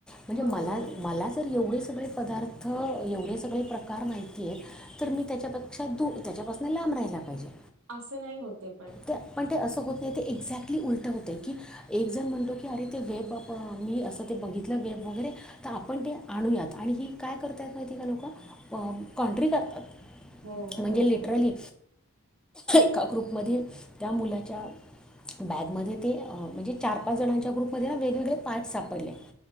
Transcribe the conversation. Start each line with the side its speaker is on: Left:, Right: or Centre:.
Centre: म्हणजे
Right: बरोबर
Centre: मला
Right: आहे
Centre: मला जर एवढेच सगळे पदार्थ एवढे सगळे प्रकार माहिती आहेत तर मी त्याच्यापेक्षा दु त्याच्यापासंन लां ब राहिला पाहिजे.
Right: असं नाही होते पण
Centre: ते पण ते असं होतं नाही ते एक्सॅटली उलटं होतय, की एकजण म्हणतो की अरे ते वेब बब मी अस ते बघ घितल वेब वगैरे तर आपण ते आणूयात, आणि ही काय करतायत माहीत काय लोकं कॉन्ट्री करतात.
Right: हो
Centre: म्हणजे
Right: हो
Centre: लिट्रली ग्रुपमध्ये त्या मुलाच्या बॅगमध्ये ते म्हणजे चार पाच जणांच्या ग्रुपमध्ये ना वेगवेगळे पार्ट सापडले.